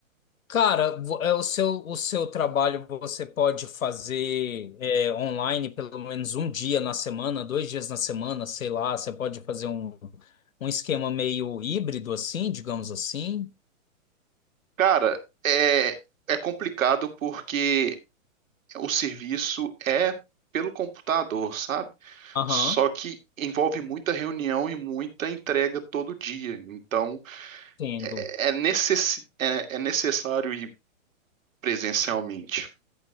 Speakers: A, on the left; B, on the right.
A: Cara, vo- é, o seu, o seu trabalho você pode fazer é, online pelo menos um dia na semana, dois dias na semana, sei lá. Você pode fazer um, um esquema meio híbrido assim, digamos assim.
B: Cara, é é complicado porque o serviço é pelo computador, sabe?
A: Aham,
B: Só que envolve muita reunião e muita entrega todo dia. Então,
A: entendo.
B: é, necess é, é necessário e presencialmente.